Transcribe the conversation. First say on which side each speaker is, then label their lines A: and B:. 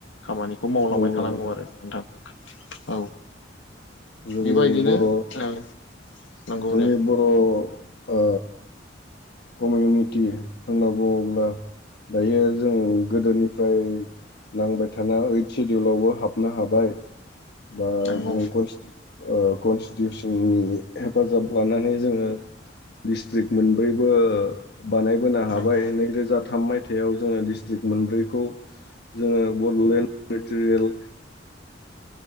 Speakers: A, on the left (about 85°); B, on the left (about 60°).
A: खामानिखौ मावलांबाय
B: नंगौ
A: थानांगौ
B: नोंथां
A: आरो नोंथां औ
B: जोंनि
A: बेबायदिनो
B: बर'
A: नों नंगौ
B: जोंनि
A: दे ।
B: बर' ओ कमिउनिटि होनना बुङोब्ला दायो जों गोदोनिफ्राय नांबाय थानाय ओइथ सिडउलावबो हाबनो हाबाय । बा
A: नंगौ
B: जों खनस्टि ओ कनस्टिटिउसननि हेफाजाब लानानै जोङो डिस्ट्रिक्ट मोनब्रैबो बानायबोनो हाबाय
A: नंगौ
B: नैरोजा थाम मायथाइ जोङो दिस्ट्रिक्ट मोनब्रैखौ जोङो Bodoland territorial